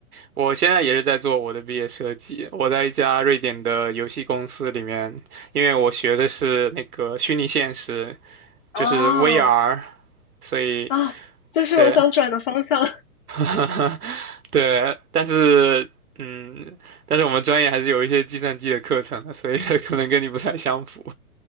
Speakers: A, on the right; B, on the left.
A: 我现在也是在做我的毕业设计，我在一家瑞典的游戏公司里面，因为我学的是那个虚拟现实，
B: 啊
A: 就是 VR，所以
B: 啊，这是我想转的方向。
A: 对，<laughs> 对，但是嗯，但是我们专业还是有一些计算机的课程的，所以 <laughs> 可能跟你不太相符